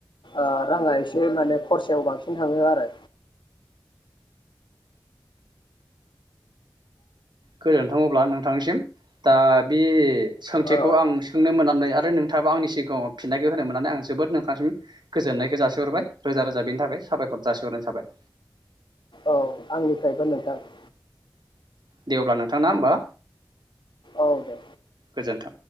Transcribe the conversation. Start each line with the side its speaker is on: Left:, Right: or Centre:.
Left: ओ राङा एसे माने खरसायाव बांसिन थाङो आरो।
Right: गोजोनथाङोब्ला नोंथांनिसिम दा बे सोंथिखौ
Left: औ
Right: आं सोंनो मोननानै ओमफाय नोंथाङाबो आंनि सिगाङाव फिननायखौ होनो मोननानै आं जोबोद नोंथांसिम गोजोननायखौ जासिहरबाय रोजा रोजा बेनि थाखाय साबायखर जासिहरनाय थाबाय।
Left: औ आंनिफ्रायबो नोंथां ।
Right: दे अब्ला नोंथां ना होमबा
Left: औ दे
Right: गोजोन्थों।